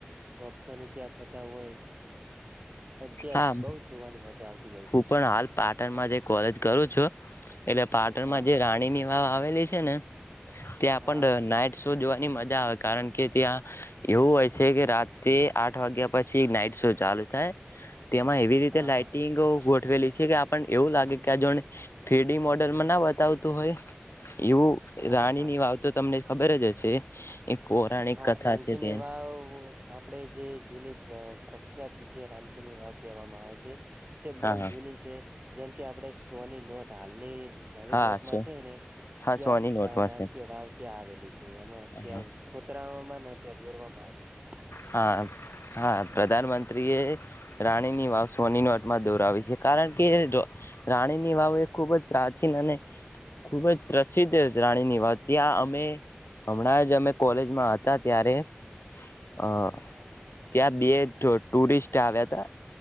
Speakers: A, on the right (about 40°); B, on the left (about 85°).
A: પ્રક્ષન ત્યાં થતા હોય. ત્યાં
B: હા
A: બહુ જ જોવાની મજા આવતી. હોય
B: હું
A: છે.
B: પણ હાલ પાટણમાં જે કોલેજ કરું છું એટલે પાટણમાં
A: હા
B: જે રાણી ની વાત. પાવેલી છે ને ત્યાં
A: હા
B: આપ નાઈટ શો જોવાની. આવે કારણ કે ત્યાં એવું હોય છે કે રાતે આઠ વાગ્યા પછી નાઈટ શો ચાલુ થાય. તેમાં એવી રીતે
A: હા
B: લાાઈટિંગ.
A: હા હા
B: ઉઠવેલી છે કે આપણ એવું લાગે કે. ત્યા જો ફેડી મોડલમાં ના બતાવતું હોય. એવું
A: હા
B: રાણી
A: હા હા
B: ની
A: હા
B: વારતો તમને. ખબર જ હશે. એક પૌરાણિક
A: હા
B: કથા
A: રાનકીની
B: છે તે
A: વા આપણેે જે જૂની પ્રખ્યાત. જે રાનકી ની વાાવ કહેવામાં આવે છે. જે બહ
B: હા હા
A: જૂની છે. જેમ કે આપડણે સોની નોટ હાલની. ઢવી
B: હા
A: નોટમાં
B: સો
A: છે ને
B: હા
A: ત્યાં
B: સોની નોટમાં
A: રાનકીય
B: છે
A: વાવ ત્યાં આવે. એમાં અત્યાં.
B: હા
A: ખોતરાવામાં ત્યાં દોરવામાં આવે. છે.
B: હા હા પ્રધાનમંતંત્રી. રાણીની વાવ સોની ન અટમાં દોરાવી છે કારણ કે રાણીની વાવ એ ખૂબ જ પ્રાચીન અને ખૂબ જ. પ્રસિદ્ધ
A: હા હા
B: રાણી ની વાત ત્યાં. અમે હમણાં જ અમે કોલેજમાં હતા ત્યારે. અ
A: હા હા હા
B: ત્યાં બે જો. ટુરિસ્ટ આવ્યા હતા.